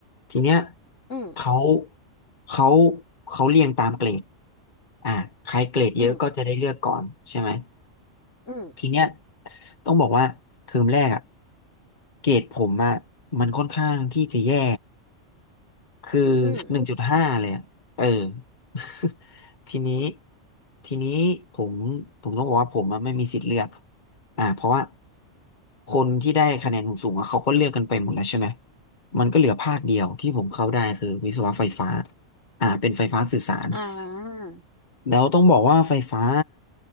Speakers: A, on the left; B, on the left.
A: ทีเนี้ย
B: อืม
A: เขาเขาเขาเรียงตามเกรดอ่าใครเกรดเยอะก็จะได้เลือกก่อนใช่ไหม
B: อืมอืม
A: ทีเนี้ยต้องบอกว่าเทอมแรกอะเกรดผมอะมันค่อนข้างที่จะแย่คือ
B: อืม
A: หนึ่งจุดห้าเลยอะเออ <laughs> ทีนี้ทีนี้ผมผมต้องบอกว่าผมอะไม่มีสิทธิ์เลือกอ่าเพราะว่าคนที่ได้คะแนนสูงๆอะเขาก็เลือกกันไปหมดแล้วใช่ไหมมันก็เหลือภาคเดียวที่ผมเข้าได้คือวิศวะไฟฟ้าอ่าเป็นไฟฟ้าสื่อสาร
B: อ่า
A: แล้วต้องบอกว่าไฟฟ้า